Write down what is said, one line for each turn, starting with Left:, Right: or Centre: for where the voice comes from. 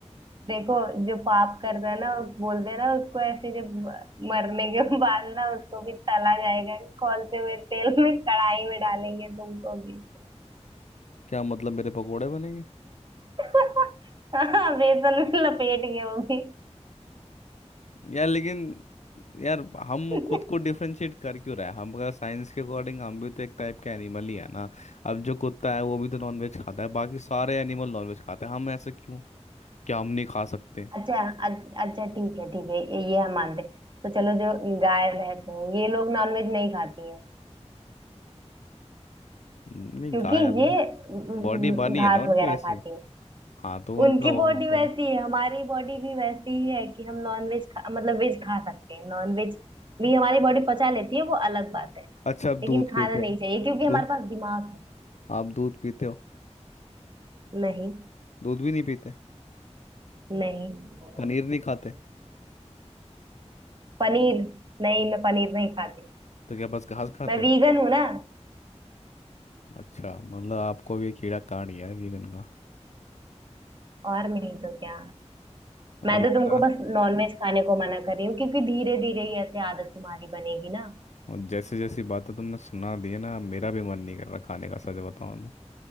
Right: देखो जो पाप करता है ना वो बोल देना उसको ऐसे जब मरने के <laughs> बाद ना उसको भी तला जाएगा खोलते हुए तेल में कढ़ाई में डालेंगे तुमको भी
Left: क्या मतलब मेरे पकोड़े बनेंगे
Right: <laughs> हाँ, बेसन में लपेट के वो भी
Left: यार लेकिन यार हम
Right: <laughs>
Left: खुद को डिफरेंशिएट कर क्यों रहे हैं हम अगर साइंस के अकॉर्डिंग हम भी तो एक टाइप के एनिमल ही है ना अब जो कुत्ता है वो भी तो नॉनवेज खाता है बाकी सारे एनिमल नॉनवेज खाते हैं हम ऐसे क्यों क्या हम नहीं खा सकते
Right: अच्छा अ- अच्छा ठीक है ठीक है ये ये हम मानते हैं। तो चलो जो गाय भैंस हैं ये लोग नॉनवेज नहीं खाती हैं
Left: नहीं
Right: क्योंकि
Left: गायब
Right: ये अम,
Left: बॉडी बनी
Right: घास
Left: है ना उनकी
Right: वगैरह
Left: वैसे
Right: खाती हैं
Left: हाँ तो उनका
Right: उनकी
Left: वो
Right: बॉडी
Left: बॉडी
Right: वैसी है हमारी बॉडी भी वैसी ही है कि हम नॉन वेज खा मतलब वेज खा सकते हैं नॉन वेज भी हमारी बॉडी पचा लेती है वो अलग बात है
Left: अच्छा आप
Right: लेकिन
Left: दूध
Right: खाना
Left: पीते
Right: नहीं
Left: हो
Right: चाहिए क्योंकि हमारे
Left: दो
Right: पास दिमाग है
Left: आप दूध पीते हो
Right: नहीं
Left: दूध भी नहीं पीते
Right: नहीं
Left: पनीर नहीं खाते
Right: पनीर नहीं मैं पनीर नहीं खाती
Left: तो क्या बस घास खाते
Right: मैं वीगन
Left: हो
Right: हूं ना
Left: अच्छा मतलब आपको भी कीड़ा काट गया है वीगन का
Right: और नहीं तो क्या मैं
Left: अब लग
Right: तो तुमको
Left: रहा
Right: बस नॉन वेज खाने को मना कर रही हूँ क्योंकि धीरे धीरे ही ऐसे आदत तुम्हारी बनेगी ना
Left: और जैसे जैसी बातें तुमने सुना दी है ना अब मेरा भी मन नहीं कर रहा खाने का सच बताऊं तो